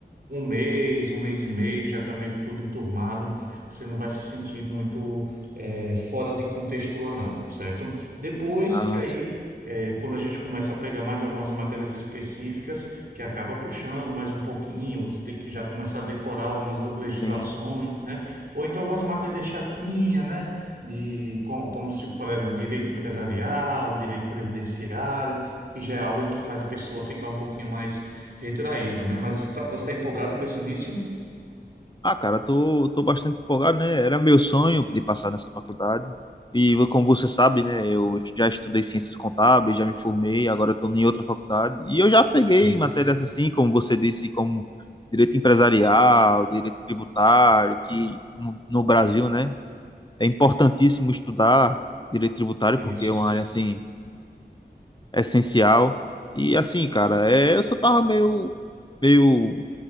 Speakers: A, on the right (about 55°); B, on the left (about 25°).
A: um mês, um mês e meio, já está meio que tudo enturmado. Você não vai se sentir muito eh, fora de contexto lá, não, certo? Depois
B: Ah,
A: que aí.
B: sim,
A: eh, quando a gente começa a pegar mais algumas matérias específicas, que acaba puxando mais um pouquinho, você tem que já começar a decorar algumas legislações,
B: sim.
A: né? Ou então algumas matérias chatinhas, né? De, co- como se, por exemplo, direito empresarial, direito previdenciário, que já é algo em que faz a pessoa ficar um pouquinho mais retraído, né? Mas você está empolgado com esse início?
B: Ah, cara, tô, tô bastante empolgado, né? Era meu sonho de passar nessa faculdade. E vo- como você sabe, né? Eu já estudei ciências contábeis, já me formei, agora estou em outra faculdade. E eu já peguei
A: Isso,
B: matérias assim, como você disse, como direito empresarial, direito tributário, que no, no Brasil, né? É importantíssimo estudar direito tributário,
A: isso.
B: porque é uma área assim essencial. E assim, cara, é, eu só tava meio, meio